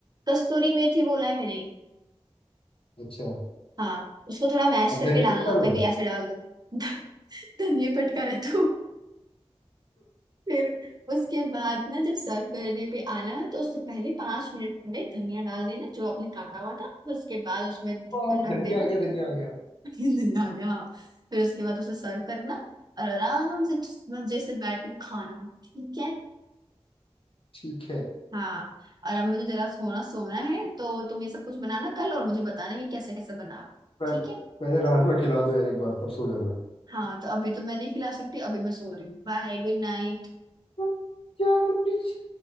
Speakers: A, on the right; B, on the left.
A: कस्तूरी मेथी बोला है मैंने
B: अच्छा
A: हाँ उसको थोड़ा मैश
B: अब
A: करके
B: धनिया
A: डालना
B: डाल रहे
A: कभी
B: हो
A: ऐसे डाल दो <laughs> धनिया पटका रहे तो फिर उसके बाद ना जब सर्व करने पे आना है तो उससे पहले पांच मिनट पहले धनिया डाल देना जो आपने काटा हुआ था उसके बाद उसमें
B: <laughs>
A: ढक्कन
B: वाह,
A: ढक
B: धनिया
A: देना
B: आ गया धनिया आ गया
A: <laughs> धनिया आ गया फिर उसके बाद उसे सर्व करना और आराम से मजे से बैठ कर खाना ठीक है
B: ठीक है
A: हाँ और अब मुझे जरा सोना सोना है तो तुम ये सब कुछ बनाना कल और मुझे बताना कि कैसे कैसे बनाओ
B: पर
A: ठीक है
B: पहले राजमा खिला दो यार एक बार तब सो जाना
A: हाँ तो अभी तो मैं नहीं खिला सकती अभी मैं सो रही हूँ बाय गुड नाइट
B: <laughs> यार प्लीज